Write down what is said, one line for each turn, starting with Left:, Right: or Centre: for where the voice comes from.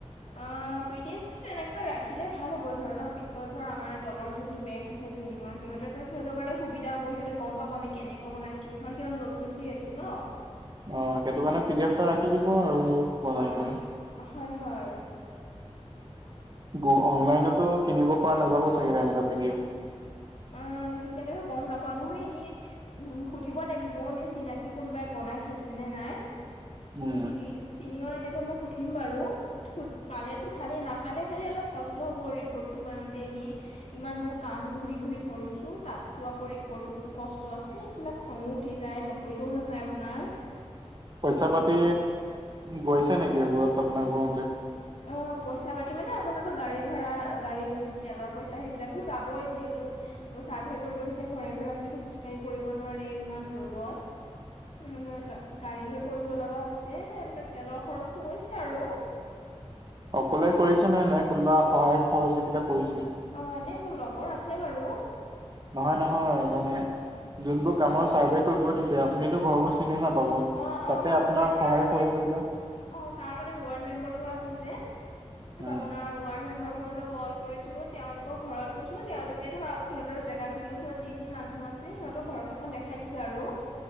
Left: অ', পি ডি এফ টো তেনেকৈ ৰাখিলে ভাল হ'ব ধৰ ন পিছত ধৰ আমাৰ তলৰ যোনটো বেটছ জুনিয়ৰ সিহঁৰ সিহঁৰ কাৰণ সুবিধা হ'ব সিহঁতে গ'ম পাব আমি কেনেক বনাইছো ধৰ সিহত নতুন যিহেতু ন। <inaudible>
Right: অ', সেইটো কাৰণে পি ডি এফ এটা ৰাখি দিব আৰু বনাই
Left: অ'
Right: কৰি।
Left: হয়, হয়।
Right: গো, অনলাইনতো কিনিব পৰা নাযাব চাগে তেনেকুৱা পি ডি এফ।
Left: অ', তেনেকৈ গ'ম নাপাওঁ নহয় এনে উম সুধিব লাগিব নে চিনাকি কোনোবাই বনাই থৈছে নে নাই
Right: উম
Left: চিদি চিনিয়ৰ এনেকে মই সুধিম বাৰু। সুধ পালেতো ভালে নাপালে খালি অলপ কষ্ট হ'ব ৰিপৰ্টটো বনাওঁতে এনেই ইমান বোৰ কাম ঘূৰি ঘূৰি কৰিছো তাতো আকৌ ৰিপৰ্টো কষ্ট আছে এইফালে খংও উঠি যায় নকৰিলেও নহয় আপোনাৰ।
Right: পইচা পাতি গৈছে নেকি এইবোৰত আপোনাৰ ঘুৰোতে?
Left: অ পইচা পাতি মানে আপোনাৰো গাড়ী ভাড়া গাড়ী তেলৰ পইচা সেইবিলাকতো যাবই যিহেতু চাৰ্ভে কৰিব দিছে ঘৰে ঘৰে আপুনিতো খোজকাঢ়ি কৰিব নোৱাৰে ইমান ৰ'দত। মানে গা-গা-গাড়ী লৈ কৰিব লগা হৈছে মানে তেলৰ খৰচটো গৈছে আৰু।
Right: অকলে কৰিচা নে নে কোনোবা সহায় সহযোগিতা কৰিছে?
Left: অ এনেই মোৰ লগৰ আছে বাৰু।
Right: নহয় নহয় মানে যোনবোৰ কামৰ ছাৰ্ভে কৰিব দিছে আপুনিতো ঘৰবোৰ চিনি নাপাব।
Left: অ', অ',
Right: তাতে
Left: হয়,
Right: আপোনাৰ
Left: হয়, তাৰ
Right: সহায়
Left: মানে
Right: সহযোগিতা।
Left: অ তাৰ মানে ৱাৰ্ড মেম্বাৰ বোৰ আছে যে।
Right: উম
Left: আপোনাৰ ৱাৰ্ড মেম্বাৰ বোৰলৈ কল কৰিছো। তেওঁলোকৰ ঘৰত গৈছো তেওঁলোকে ধৰ সিহঁতৰ জেগা খিনিৰ ওচৰত যি যি মানুহ আছে সিহঁতৰ ঘৰ কেইখন দেখ দেখাই দিছে আৰু